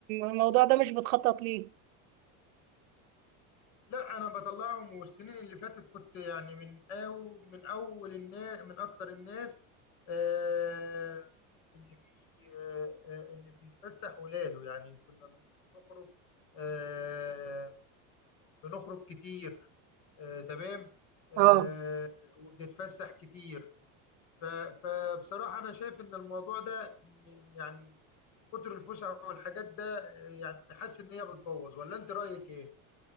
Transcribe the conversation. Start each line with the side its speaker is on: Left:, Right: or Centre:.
Right: الموضوع ده مش بتخطط ليه؟
Left: لا انا بطلعهم والسنين اللي فاتت كنت يعني من أو من اول الناس من اكتر الناس آه اللي بي آه آه، اللي بيتفسح ولاده يعني كنا بنخرج آه بنخرج كتير آه، تمام آه،
Right: اه
Left: وبنتفسح كتير ف- فبصراحة أنا شايف إن الموضوع ده م- يعني كتر الفسح والحاجات ده آه، يعني حاسس إن هي بتبوظ ولا أنت رأيك إيه؟